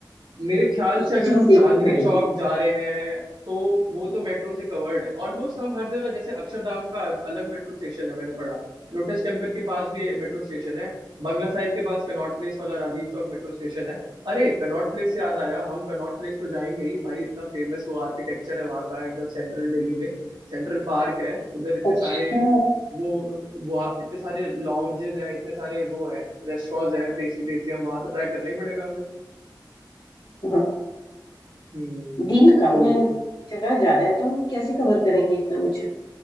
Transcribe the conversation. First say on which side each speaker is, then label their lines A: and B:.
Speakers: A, on the right; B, on the left.
A: मेरे ख्याल
B: ये
A: से अगर
B: चीज
A: हम
B: देखनी
A: चांदनी
B: पड़ेगी
A: चौक जा रहे हैं तो वो तो मेट्रो से कवर्ड है ऑलमोस्ट हम हर जगह जैसे अक्षरधाम का अलग मेट्रो स्टेशन है मैंने पढ़ा लोटस टेम्पल के पास भी मेट्रो स्टेशन है बंगला साहिब के पास कनॉट प्लेस वाला राजीव चौक मेट्रो स्टेशन है अरे कनॉट प्लेस से याद आया हम कनॉट प्लेस तो जाएंगे ही भाई इतना फेमस वो आर्किटेक्चर है वहाँ का एकदम सेंट्रल दिल्ली में सेंट्रल पार्क है उधर इतने
B: अच्छा
A: सारे वो, वो इतने सारे लॉन्जेस हैं इतने सारे वो हैं रेस्टोरेंट्स हैं टेस्टी टेस्टी हम वहाँ तो ट्राई करना ही पड़ेगा
B: हाँ।
A: हमें
B: दिन कम
A: तो
B: है जगह ज्यादा है तो हम कैसे कवर करेंगे इतना मुझे